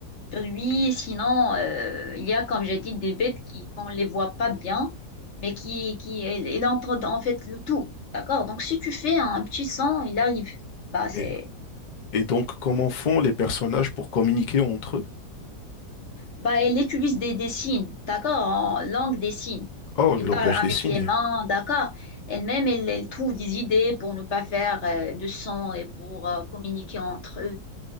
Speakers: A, on the left; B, on the left.
A: bruit, sinon euh, il y a, comme j'ai dit, des bêtes qui, qu'on ne les voit pas bien, mais qui, qui elle- elle entre dans- en fait le tout. D'accord? Donc, si tu fais un petit son, il arrive. Bah, c'est,
B: et, et donc, comment font les personnages pour communiquer entre eux?
A: bah, elle utilise des, des signes, d'accord? En langue des signes.
B: Oh,
A: Elle
B: le langage
A: parle avec
B: des signes.
A: les mains, d'accord? Elle-même, elle, elle trouve des idées pour ne pas faire euh, de son et pour euh, communiquer entre eux.